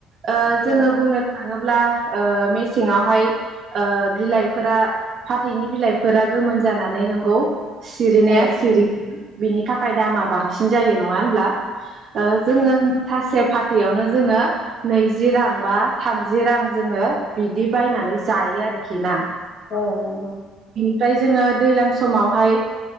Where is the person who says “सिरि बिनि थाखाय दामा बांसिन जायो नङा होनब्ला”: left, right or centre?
Right